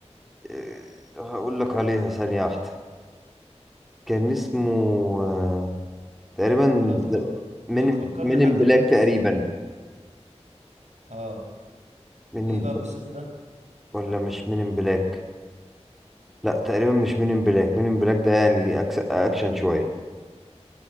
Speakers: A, in the centre; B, on the right.
A: آه، هقول لك عليها ثانية واحدة كان اسمه آه، تقريبا
B: لو تفك...
A: من
B: لو تفكرني
A: من
B: حتى
A: ان بلاك
B: بالقصة
A: تقريبا
B: اه
A: من
B: ايه
A: ان
B: بقى
A: بلاك
B: قصته ده
A: ولا مش من ان بلاك لا تقريبا مش من ان بلاك من ان بلاك ده يعني أكس... اكشن شوية